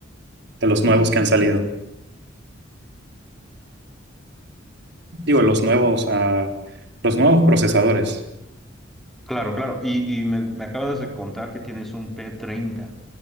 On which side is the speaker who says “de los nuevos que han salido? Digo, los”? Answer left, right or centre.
Right